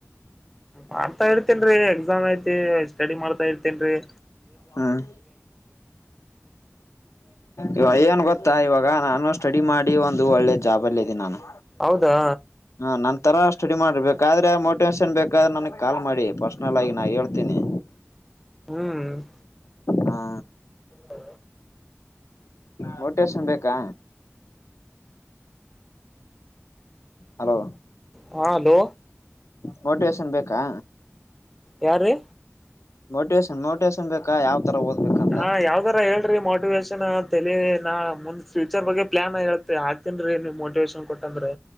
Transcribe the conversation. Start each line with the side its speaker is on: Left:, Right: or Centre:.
Centre: ಮಾಡ್ತಾ ಇರ್ತೇನ್ರರಿ ಎಕ್ಸಾಮ್ ಐತಿ ಸ್ಟಡಿ ಮಾಡ್ತಾ ಇರ್ತೇನ್ರರಿ.
Left: ಹ್ಮ್ ಇವಾಗ ಯ್ಯನ್ ಗೊತ್ತಾ ಇವಾಗ ನಾನು ಸ್ಟಡಿ ಮಾಡಿ ಒಂದು ಒಳ್ಳೆ ಜಾಬ್ ಅಲ್ಲ ಇದಿದ್ದೀನಿ ನಾನು.
Centre: ಹೌದಾ
Left: ಹ ನನ್ ತರ ಸ್ಟಡಿ ಮಾಡ್ರಬೇಕಾದ್ರೆ ಮೋಟಿವೇಶನ್ ಬೇಕಾದ್ರೆ ನನಗ್ ಕಾಲ್ ಮಾಡಿ ಪರ್ಸನಲ್ ಆಗ ನಾ ಹೇಳ್ತೀನಿ.
Centre: ಹ್ಮ್
Left: ಹಾ
Centre: ಹೌ
Left: ಮೋಟೇಶನ್ ಬೇಕಾ. ಹಲೋ
Centre: ಹಾ ಹಲೋ.
Left: ಮೋಟಿವೇಶನ್ ಬೇಕಾ.
Centre: ಯಾರ ರೀ.
Left: ಮೋಟಿವೇಶನ್ ಮೋಟಿವೇಶನ್ ಬೇಕಾ ಯಾವ. ಯಾವತಾರ ಓದಬೇಕು ಅಂತಾ.
Centre: ಹಾ ಯಾವ್ದರ ಹ ಹೇಳಿ. ರೀ ಮೋಟಿವೇಶನ್ ತಲಿ ನಾ ಮುಂದ್ ಫ್ಯೂಚರ್ ಬಗ್ಗೆ ಪ್ಲಾನ್ ಹೇಳ್ತ ಹ ಆಗ್ತನ್ ರೀ ನೀವ್ ಮೋಟಿವೇಶನ್ ಕೊಟ್ಟ ಅಂದ್ರೆ.